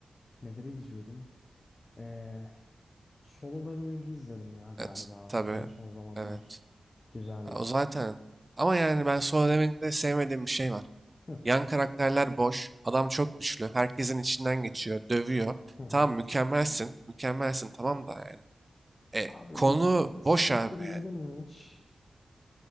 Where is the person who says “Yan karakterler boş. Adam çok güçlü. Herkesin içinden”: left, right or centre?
Right